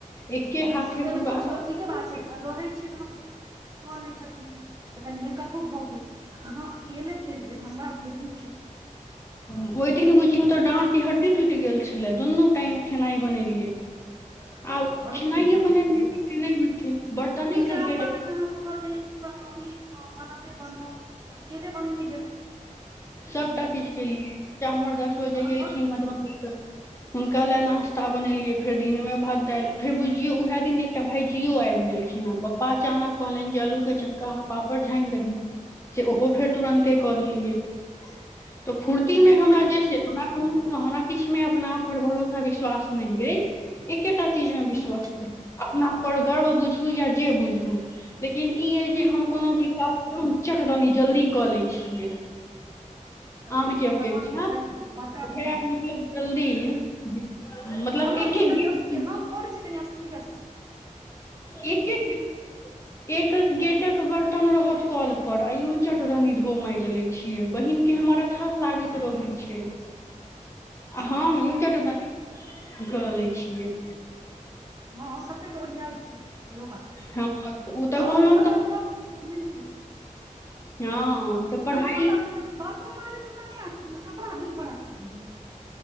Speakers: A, on the left; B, on the right.
A: एके
B: ह्म
A: हाथे
B: तैमे
A: पूरा
B: सोचियौ
A: कऽ लेलियै
B: ठीके बात छै रहै छियै तहन तऽ कऽ लै छथिन तऽ कनि मेकअप भऽ गेल अहाँ अकेले केलियै धनबाद यही
A: ओहि दिन बुझियौ तऽ डाँढ़के हड्डी टूइट गेल छलै दुनू टाइम खेनाइ बनेलियै आ
B: बड्ड
A: खेनाइये
B: भेलै ने
A: बनेनाइ
B: सही बात छै
A: नहि होइ बर्तन
B: पूजा
A: एक एक गेट
B: पाठ अहाँसभ घरमे इ बनाउ ई बनाउ महादेब बनाउ अकेले बनेने हेबै
A: सबटा
B: हुं
A: चीज केलियै हमर दस बजे
B: तहन
A: गेलखिन
B: बड भेलै
A: मधुबनी
B: ने
A: तऽ हुनका ले नाास्ता बनेलियै फेर दिनमे मे भात दाल फेर बुझियो उएह दिन एकटा भाइजियो आयब गेलखिन आ पप्पा अचानक कहलनि जे आलू के चक्का पापड़ छाइन दही से ओहो फेर तुरन्ते
B: हुं
A: कऽ देलियै
B: <inaudible>
A: तऽ फूर्तिमे
B: हुं
A: हमरा जे छै हमरा कहु तो हमरा किछमे अपना आप पर भरोसा विश्वास नहि अइ एकेटा चीज मे
B: हुं
A: विश्वास अइ अपना पर गर्व बुझू या जे बुझू लेकिन ई यै जे हम
B: हुं
A: कोनो भी काज चट दनी जल्दी कऽ लै छियै
B: चलू
A: आनके
B: ई
A: अपेक्षा
B: भगवान देलैथ गुन बड़का
A: ओकरा
B: गुन
A: मतलब जल्दी मतलब
B: हमरा
A: एक
B: घरमे
A: एक दिन
B: स्थिर हम करै छीयै कनि स्थिरे स्थिरे
A: एक एक एक अक गेट कटक बर्तन रहत कल पर आ यु जट दनी धो मैज लै छियै बहिन के हमर अथाह लागैत रहै छै
B: हम्म
A: ह्म यु चट दनी कऽ लै छियै
B: हँ हँ कतेकके ओरियाइ छै सेहो बात छै
A: हँ ओ तऽ
B: सबके
A: कहलहुँ
B: भगवान
A: तऽ
B: सब नै ने सब
A: हँ
B: चीज
A: तऽ पढ़ाइ
B: हम हमरा सबके बर्तन माजैत हमरा नहि आसकैत हमरा कपड़ा धुलिके राखैत रहियै